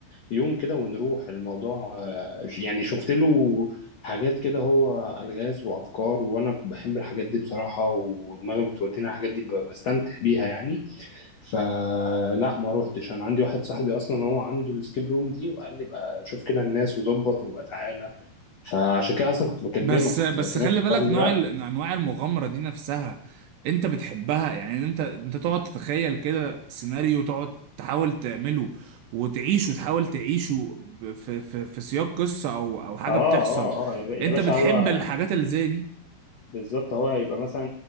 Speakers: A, on the left (about 75°); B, on the right (about 75°).
A: يوم كده ونروح الموضوع آه، يعني شفت له حاجات كده هو الغاز وافكار وانا بحب الحاجات دي بصراحة ودماغي بتودينا الحاجات دي ب- بستمتع بيها يعني فلا ما روحتش انا عندي واحد صاحبي اصلا هو عنده السكيب روم دي وقال لي بقى شوف كده الناس وظبط وبقى تعالى فعشان كده اصلا كنت بكلمك
B: بس
A: كنت
B: بس
A: بكلمك
B: خلي
A: في
B: بالك
A: الحوار
B: نوع
A: دلوقتي
B: ال... انواع المغامره دي نفسها انت بتحبها يعني انت انت تقعد تتخيل كده سيناريو تقعد تحاول تعمله وتعيشه تحاول تعيشه ب- في في في سياق قصه او او حاجه
A: اه
B: بتحصل
A: اه اه يا ب- يا
B: انت
A: باشا
B: بتحب
A: هو
B: الحاجات اللي زي دي
A: بالظبط هو يبقى مثلا